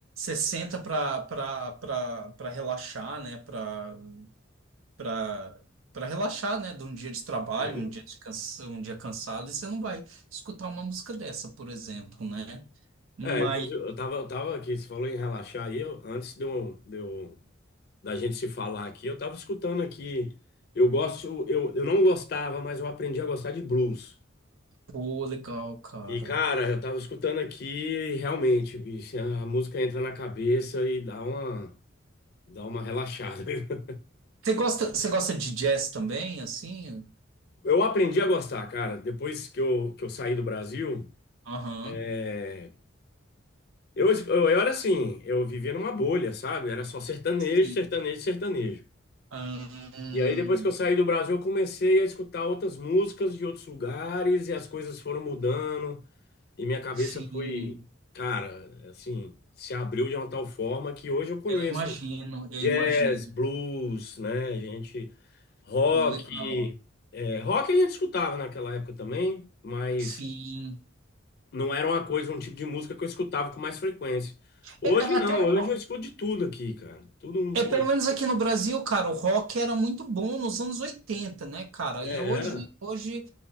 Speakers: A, on the right (about 80°); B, on the left (about 50°).
A: senta para relaxar, né? para para para relaxar, né, de um dia de trabalho,
B: Sim.
A: um dia de cansa, um dia cansado, e você não vai escutar uma música dessa, por exemplo, né? Mas,
B: É, inclusive, eu tava, eu tava aqui, você falou em relaxar aí, eu- antes de eu, de eu- da gente se falar aqui, eu tava escutando aqui, eu gosto, eu, eu não gostava, mas eu aprendi a gostar de blues.
A: pô, legal, cara.
B: E, cara, eu tava escutando aqui e realmente, bicho, a música entra na cabeça e dá uma, dá uma relaxada. <laughs>
A: Você gosta, você gosta de jazz também, assim?
B: Eu aprendi a gostar, cara, depois que eu, que eu saí do Brasil.
A: Aham.
B: é, Eu, eu, eu era assim, eu vivia numa bolha, sabe? Era só sertanejo,
A: Sim.
B: sertanejo, sertanejo.
A: Ahn,
B: E aí, depois que eu saí do Brasil, eu comecei a escutar outras músicas de outros lugares e as coisas foram mudando. E minha cabeça
A: sim.
B: foi, cara, assim, se abriu de uma tal forma que hoje eu conheço.
A: Eu imagino, eu
B: Jazz,
A: imagino.
B: blues, né? A gente rock,
A: Pô, legal.
B: é, rock a gente escutava naquela época também, mas
A: Sim.
B: não era uma coisa, um tipo de música que eu escutava com mais frequência. Hoje
A: É,
B: não,
A: até o
B: hoje
A: rock.
B: eu escuto de tudo aqui, cara. Tudo um
A: É,
B: pouco.
A: pelo menos aqui no Brasil, cara, o rock era muito bom nos anos 80 né, cara?
B: É,
A: E hoje,
B: era.
A: hoje